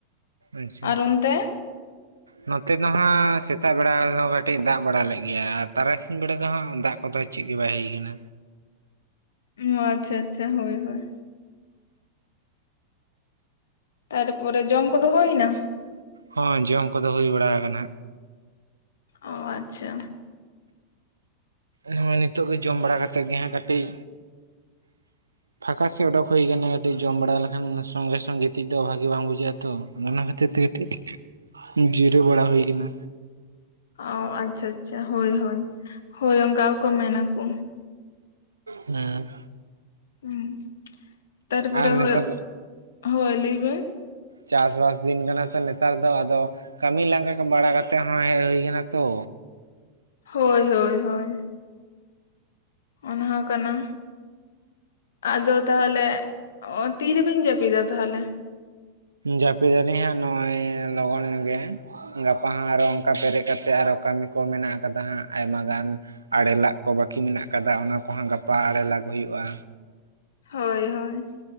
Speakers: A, on the right; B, on the left.
A: ᱟᱪᱪᱷᱟ
B: ᱟᱨ ᱚᱱᱛᱮ
A: ᱱᱚᱛᱮ ᱫᱚ ᱦᱟᱸᱜ ᱥᱮᱛᱟᱜ ᱵᱮᱲᱟ ᱫᱚ ᱠᱟᱹᱴᱤᱡ ᱫᱟᱜ ᱵᱟᱲᱟ ᱞᱮᱫ ᱜᱮᱭᱟ ᱟᱨ ᱛᱟᱨᱟᱥᱤᱧ ᱵᱮᱲᱟ ᱫᱚ ᱦᱟᱸᱜ ᱫᱟᱜ ᱛᱚ ᱪᱮᱫ ᱜᱮ ᱵᱟᱭ ᱦᱩᱭ ᱠᱟᱱᱟ᱾
B: ᱚ ᱟᱪᱪᱷᱟ ᱟᱪᱪᱷᱟ ᱦᱳᱭ ᱦᱳᱭ ᱛᱟᱨᱯᱚᱨᱮ ᱡᱚᱢ ᱠᱚᱫᱚ ᱦᱩᱭᱱᱟ?
A: ᱦᱚᱸ ᱡᱚᱢ ᱠᱚᱫᱚ ᱦᱩᱭ ᱵᱟᱲᱟ ᱟᱠᱟᱱᱟ᱾
B: ᱚ ᱟᱪᱪᱷᱟ
A: ᱱᱚᱜᱼᱚᱭ ᱱᱤᱛᱳᱜ ᱜᱮ ᱡᱚᱢ ᱵᱟᱲᱟ ᱠᱟᱛᱮᱫ ᱜᱮ ᱦᱟᱸᱜ ᱠᱟᱹᱴᱤᱡ <inaudible> ᱯᱷᱟᱸᱠᱟ ᱥᱮᱫ ᱚᱰᱳᱚ ᱦᱩᱭ ᱟᱠᱟᱱᱟ, ᱠᱟᱹᱴᱤᱡ ᱡᱚᱢ ᱵᱟᱲᱟ ᱞᱮᱠᱷᱟᱱ ᱥᱚᱝᱜᱮ ᱥᱚᱝ ᱜᱤᱛᱤᱡ ᱫᱚ ᱵᱷᱟᱜᱤ ᱵᱟᱝ ᱵᱩᱡᱷᱟᱹᱜᱼᱟ ᱛᱚ᱾ ᱚᱱᱟ ᱠᱷᱟᱹᱛᱤᱨ ᱛᱮ ᱠᱟᱹᱴᱤᱡ ᱡᱤᱨᱟᱹᱣ ᱵᱟᱲᱟ ᱦᱩᱭ ᱠᱟᱱᱟ᱾
B: ᱚ ᱟᱪᱪᱷᱟ ᱟᱪᱪᱷᱟ ᱦᱳᱭ ᱦᱳᱭ ᱦᱳᱭ ᱚᱱᱠᱟ ᱜᱮᱠᱚ ᱢᱮᱱᱟ ᱠᱚ᱾
A: ᱦᱮᱸ
B: ᱦᱩᱸ ᱛᱟᱨ
A: ᱟᱨ
B: ᱯᱚᱨᱮ
A: ᱱᱮᱛᱟᱨ
B: ᱦᱩᱭ
A: ᱫᱚ
B: ᱦᱳᱭ ᱞᱟᱹᱭ ᱵᱤᱱ
A: ᱪᱟᱥ ᱵᱟᱥ ᱫᱤᱱ ᱠᱟᱱᱟ ᱛᱚ, ᱱᱮᱛᱟᱨ ᱫᱚ ᱟᱫᱚ ᱠᱟᱹᱢᱤ ᱞᱟᱸᱜᱟ ᱵᱟᱲᱟ ᱠᱟᱛᱮ ᱦᱚᱸ ᱦᱮᱡ ᱦᱩᱭ ᱟᱠᱟᱱᱟ ᱛᱚ᱾
B: ᱦᱳᱭ ᱦᱳᱭ ᱦᱳᱭ ᱚᱱᱟ ᱠᱟᱱᱟ ᱟᱫᱚ ᱛᱟᱦᱚᱞᱮ ᱛᱤᱨᱮᱵᱤᱱ ᱡᱟᱹᱯᱤᱫᱟ ᱛᱟᱦᱚᱞᱮ
A: ᱡᱟᱹᱯᱤ ᱫᱟᱞᱤᱧ ᱦᱟᱸᱜ ᱱᱚᱜᱼᱚᱭ ᱞᱚᱜᱚᱱ ᱧᱚᱜ ᱜᱮ ᱦᱟᱸᱜ ᱜᱟᱯᱟ ᱦᱚᱸᱜ ᱟᱨᱚ ᱚᱱᱠᱟ ᱵᱮᱨᱮᱫ ᱠᱟᱛᱮᱫ ᱟᱨᱚ ᱠᱟᱹᱢᱤ ᱠᱚ ᱢᱮᱱᱟᱜ ᱠᱟᱫᱟ ᱦᱟᱸᱜ ᱟᱭᱢᱟ ᱜᱟᱱ᱾ ᱟᱲᱮ ᱞᱟᱜ ᱠᱚ ᱵᱟᱹᱠᱤ ᱢᱮᱱᱟᱜ ᱟᱠᱟᱫᱟ ᱚᱱᱟ ᱠᱚᱦᱚᱸ ᱜᱟᱯᱟ ᱟᱲᱮ ᱞᱟᱜ ᱦᱩᱭᱩᱜᱼᱟ᱾
B: ᱦᱳᱭ ᱦᱳᱭ,